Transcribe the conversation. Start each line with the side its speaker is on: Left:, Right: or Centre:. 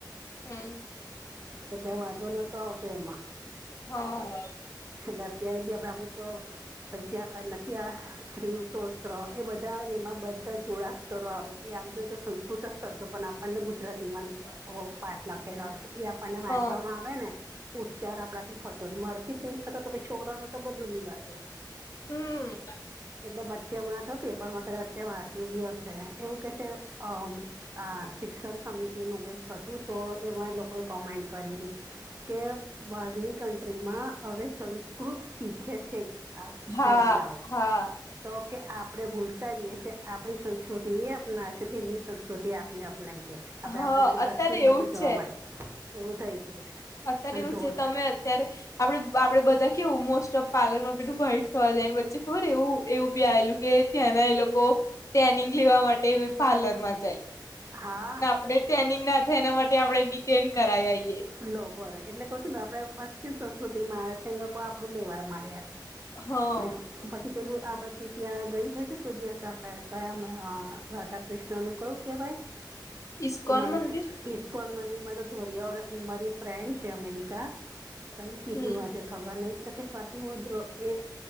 Left: હમ્મ
Right: શકટ વાંધો નતો આવતો એમાં.
Left: હા
Right: એટલે અત્યારે બી આપડે અમુક પૈસા આ લખિયા સ્ત્રી સોત્ર એ બધા આવે એમાં બધા જોડાક્ષરો આવે, એ આમ જોએ તો સંસ્કૃત જ શબ્દો પણ આપણને ગુજરાતી માં વો પાઠ લખેલા હોય છે, ઈ આપણને વાંચવામાં
Left: હા
Right: આવે ને, ઉ ચાર આપડા થી થતો નહિ, મારા થીજ નહી થતો, તો છોકરાનું તો બધું ની વાત રહી.
Left: હમ્મ
Right: એટલે બચ્ચે હમણાં તો પેપર માં કાદાચ તે વાંચ્યું બી હશે, એવું કેશે, અ આ શિક્ષણ સમિતિ નું કઈક હતું તો, એમાં લોકોએ કોમેન્ટ કરી તી. કે બારની કન્ટ્રીમાં હવે સંસ્કૃત શીખે છે. આવ
Left: હા
Right: ધોરી આવો,
Left: હા
Right: તો કે આપણે ભૂલ કરીએ છે, આપણી સંસ્કૃતિ એ અપનાવે છે, એમની સંસ્કૃતિ આપને અપનાવીએ છીએ. હવે
Left: હા
Right: આપડે બધી
Left: અત્યારે
Right: પશ્ચિમ
Left: એવું
Right: બાજુ
Left: જ
Right: જવા મળે છે, એવું થઈ ગયું છે.
Left: અત્યારે
Right: અને
Left: એવું
Right: ધોળ
Left: છે, તમે અત્યારે આપડે આપડે બધા કેવું મોસ્ટ ઓફ પાર્લર માં પેલું વાઇટ થવા જાય, એને વચ્ચે ખબર એવું એવું બી આયલું કે ત્યાંના એ લોકો ટ્રેનિંગ લેવા માટે બી પાર્લર માં જાય.
Right: હા.
Left: આપણે ટેનિંગ ના થાય એના માટે આપડણે ડિટેન કરાઇ આઇયે.
Right: લો બોલે, એટલે કહુ છુંને, આપડે પશ્ચિમ સંસ્કૃતિમાં આવે છે, એ લોકો આપડું લેવા માંડ્યા છે. <unintelligible>
Left: હા
Right: ટીપેલું આપણે તું ત્યાં ગઈ હોય છે કોઈ દિવસ, આપણે કયા અ આ રાધાકૃષ્ણનું કહું કેવાય? <inaudible>
Left: ઈસ્કોન
Right: અમાની
Left: મંદિર
Right: ઈસ્કોન મંદિર માં તો ધોરિયા ઓ, મારી એક ફ્રેન્ડ છે અમેરિકા. કઈ સિટીમાં
Left: હમ
Right: છે? ખબર નહિ, તો કે સ્વાતિ મુદ્રો એ